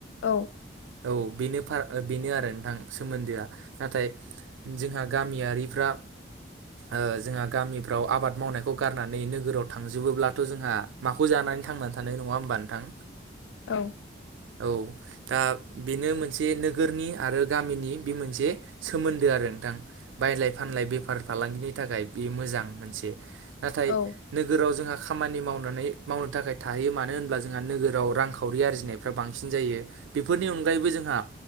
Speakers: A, on the left; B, on the right.
A: औ।
B: औ बेनो फार बेनो आरो नोंथां सोमोन्दोआ। नाथाय जोंहा गामियारिफ्रा ओ जोंहा गामिफ्राव आबाद मावनायखौ गारनानै नोगोराव थांजोबोब्लाथ' जोंहा माखौ जानानै थांनानै थानाय नङा होमबा नोंथां?
A: औ।
B: औ दा बेनो मोनसे नोगोरनि आरो गामिनि बे मोनसे सोमोन्दो आरो नोंथां। बायलाय फानलाय बेफार फालांगिनि थाखाय बे मोजां मोनसे। नाथाय
A: औ
B: नोगोराव जोंहा खामानि मावनानै मावनो थाखाय थाहैयो मानो होनब्ला जोंहा नोगोराव रांखावरि आरजिनाय फ्रा बांसिन जायो। बेफोरनि अनगायैबो जोंहा